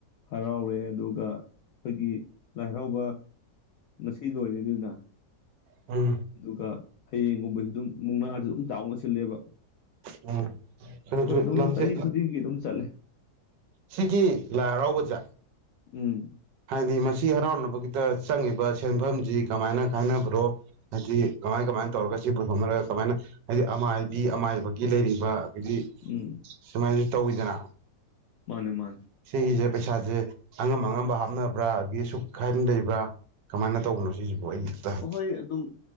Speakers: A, on the left (about 75°); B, on the right (about 80°).
A: ꯍꯔꯥꯎꯔꯦ ꯑꯗꯨꯒ ꯑꯩꯈꯣꯏꯒꯤ ꯂꯥꯏ ꯍꯔꯥꯎꯕ ꯉꯁꯤ ꯂꯣꯏꯔꯤꯅꯤꯗꯅ ꯑꯗꯨꯒ
B: ꯎꯝ
A: ꯍꯌꯦꯡꯒꯨꯝꯕꯖꯨ ꯗꯨꯝ ꯃꯨꯛꯅꯥꯖꯨ ꯑꯗꯨꯝ ꯆꯥꯎꯅ ꯁꯤꯜꯂꯦꯕ
B: ꯎꯝ ꯀꯩꯅꯣꯁꯨ
A: ꯑꯈꯣꯏ ꯑꯗꯨꯝ
B: ꯂꯝꯖꯦꯜ
A: ꯆꯍꯤ ꯈꯨꯗꯤꯡꯒꯤ ꯑꯗꯨꯝ ꯆꯠꯂꯦ
B: ꯁꯤꯒꯤ ꯂꯥꯏ ꯍꯔꯥꯎꯕꯖꯦ
A: ꯎꯝ
B: ꯍꯥꯏꯗꯤ ꯃꯁꯤ ꯍꯔꯥꯎꯅꯕꯒꯤꯗ ꯆꯪꯉꯤꯕ ꯁꯦꯟꯐꯝꯖꯤ ꯀꯃꯥꯏꯅ ꯀꯥꯟꯅꯕ꯭ꯔꯣ ꯍꯥꯏꯗꯤ ꯀꯃꯥꯏ-ꯀꯃꯥꯏ ꯇꯧꯔꯒ ꯁꯤ ꯄꯨꯊꯣꯛꯅꯔꯒ ꯀꯃꯥꯏꯅ ꯍꯥꯏꯗꯤ ꯑꯃꯥꯏꯕꯤ-ꯑꯃꯥꯏꯕꯒꯤ ꯂꯩꯔꯤꯕ <unintelligible> ꯗꯤ
A: ꯎꯝ
B: ꯁꯨꯃꯥꯏ ꯇꯧꯋꯤꯗꯅ
A: ꯃꯥꯅꯦ ꯃꯥꯅꯦ
B: ꯁꯤꯒꯤꯖꯦ ꯄꯩꯁꯥꯖꯦ ꯑꯉꯝ-ꯑꯉꯝꯕ ꯍꯥꯞ ꯍꯥꯞꯅꯕ꯭ꯔꯥ ꯑꯒꯤ ꯁꯨꯈꯥꯏꯅ ꯂꯩꯕ꯭ꯔꯥ ꯀꯃꯥꯏꯅ ꯇꯧꯕꯅꯣ ꯁꯤꯖꯦ ꯑꯣꯏꯣꯏꯇ <unintelligible>
A: ꯍꯣꯏ ꯑꯗꯨꯝ